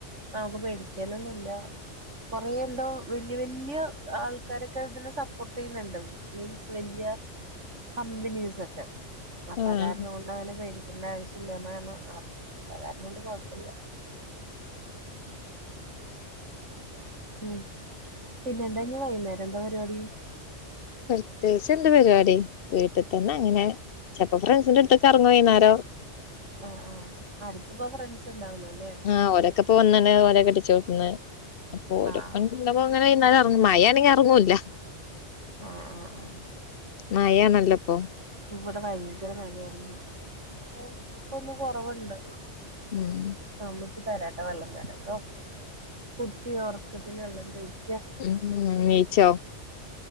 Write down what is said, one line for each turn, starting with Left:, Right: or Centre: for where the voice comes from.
Right: നമുക്ക് പേടിക്കാനൊന്നുമില്ല കൊറെ എന്തോ വല്യ വല്യ ആൾ ആൾക്കാരൊക്കെ ഇതിനെ സപ്പോർട്ട് ചെയ്യുന്നുണ്ട് മീൻസ് വലിയ കമ്പനീസ് ഒക്കെ അപ്പൊ
Left: ആഹ്
Right: അതാരണം കൊണ്ട് അങ്ങനെ പേടിക്കേണ്ട ആവശ്യല്ല എന്നാണ് അറിഞ്ഞത് അപ്പൊ അതാരണം കൊണ്ട് കുഴപ്പല്ല. ഉം പിന്നെ എന്താ ഇന്ന് വൈകുന്നേരം എന്താ പരിപാടി.
Left: പ്രത്യേകിച്ച് എന്ത് പരിപാടി വീട്ടിൽ തന്നെ അങ്ങനെ ചിലപ്പോ ഫ്രണ്ട്സിന്റെ അടുത്ത് കറങ്ങും വൈകുന്നാരോ
Right: ആഹ് ആഹ് അടുത്തപ്പോ ഫ്രണ്ട്സ് ഉണ്ടാവലോല്ലെ.
Left: ആഹ് ഓരൊക്കെ പ്പൊ വന്ന്ണ് ഓലെക്കെട്ടിച്ചോട്ത്ത്ന്ന്. ഓരപ്പൻ
Right: ആഹ് ആഹ്
Left: ഇന്നിപ്പോങനെ വൈകുന്നാരറങ്ങും മഴയാണെങ്കി ഇറങ്ങൂല്ല.
Right: ആഹ് ആഹ് ആഹ്
Left: മയാണല്ലെപ്പോ.
Right: ഇവിടെ ഭയങ്കര മഴയായിരുന്നു. ഇപ്പൊ ഇപ്പൊന്ന് കൊറവുണ്ട്.
Left: ഉം
Right: ഉമ്മച്ചി തരാട്ടോ വെള്ളം തരാട്ടോ കുട്ടി ഒറക്കത്തിൽ വെള്ളം ചൊയിക്ക.
Left: <unintelligible>